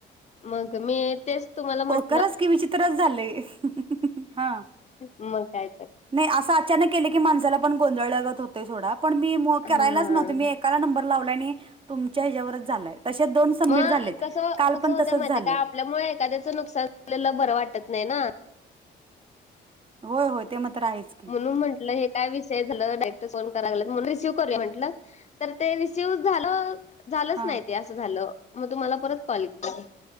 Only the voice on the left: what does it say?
मग मी तेच तुम्हाला म्हण
मग काय तर!
हां.
मग
कस
कसं
होतं
माहिितय
काय आपल्यामुळे एखाद्याचं नुकसान झालेलं बरं वाटत नाही ना?
म्हणून म्हंटलं हे. काय विषय झालं डायरेक्टर फोन करायला म्हणून रिसीव करू म्हटलं तर ते रिसीव्ह झालं. झालंच
नाही ते असं झालं मग तुम्हाला परत कॉल के